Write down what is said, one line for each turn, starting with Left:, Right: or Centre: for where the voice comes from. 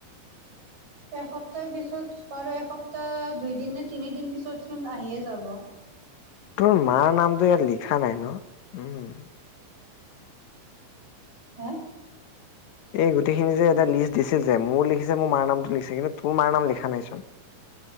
Right: এসপ্তাহ পিছত আৰু এসপ্তাহ দুইদিন নে তিনিদিন পিছত চোন আহিয়ে যাব
Left: তোৰ মাৰ নামটো ইয়াত লিখা নাই ন উম
Right: হা
Left: এই গোটেইখিনি যে এটা লিষ্ট দিছে যে মোৰ লিখিছে মোৰ মাৰ নামটো লিখিছে কিন্তু তোৰ মাৰ নাম লিখা নাইচোন